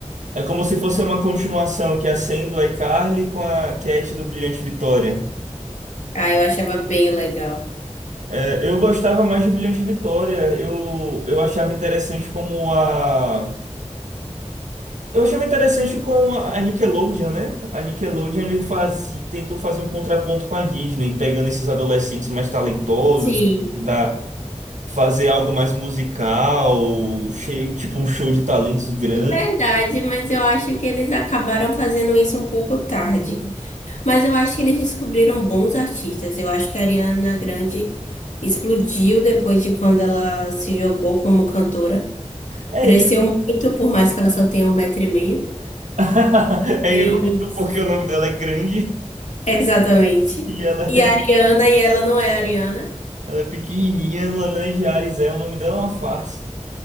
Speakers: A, on the right (about 85°); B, on the left (about 85°).
A: é como se fosse uma continuação que acende o iCarly com a Cat do Brilhante Vitória.
B: Ah, eu achava bem legal.
A: É, eu gostava mais de Brilhante Vitória. Eu, eu achava interessante como a Eu achava interessante com a a Nickelodeon, né? A Nickelodeon ele faz, tentou fazer um contraponto com a Disney, pegando esses adolescentes mais talentosos,
B: Sim.
A: tentar fazer algo mais musical, cheio, tipo um show de talentos grande.
B: Verdade, mas eu acho que eles acabaram fazendo isso um pouco tarde. Mas eu acho que eles descobriram bons artistas. Eu acho que a Ariana Grande explodiu depois de quando ela se jogou como cantora.
A: É
B: Cresceu
A: isso.
B: muito, por mais que ela só tenha um metro e meio.
A: <laughs> É
B: Mas-
A: irônico porque o nome dela é grande
B: Exatamente.
A: e ela
B: E
A: é,
B: a Ariana, e ela não é a Ariana.
A: ela é pequenininha, Lana de Ares é, o nome dela é uma farsa.